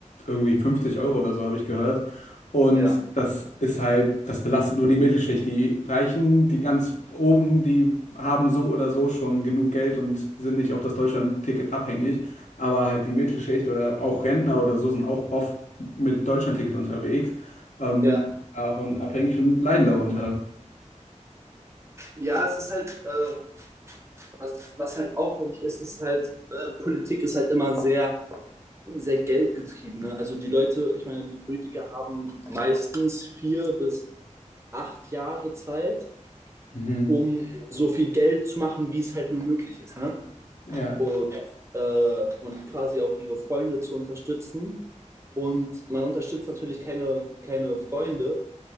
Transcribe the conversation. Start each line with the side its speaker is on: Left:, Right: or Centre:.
Left: irgendwie 50 Euro oder so, habe ich gehört. Und
Right: Ja.
Left: das ist halt, das belastet nur die Mittelschicht. Die Reichen, die ganz oben, die haben so oder so schon genug Geld und sind nicht auf das Deutschlandticket abhängig. Aber halt die Mittelschicht oder auch Rentner oder so sind auch oft mit Deutschlandticket unterwegs, ähm,
Right: ja,
Left: davon abhängig und leiden darunter.
Right: Ja, es ist halt, äh, was, was halt auffällig ist, ist halt, äh, Politik ist halt immer sehr sehr geldgetriebene. Also die Leute, ich meine, die Politiker haben meistens vier bis acht Jahre Zeit,
Left: Mhm.
Right: um so viel Geld zu machen, wie es halt nur möglich ist. Ne?
Left: Ja,
Right: Und, äh, und quasi auch ihre Freunde zu unterstützen. Und man unterstützt natürlich keine, keine Freunde,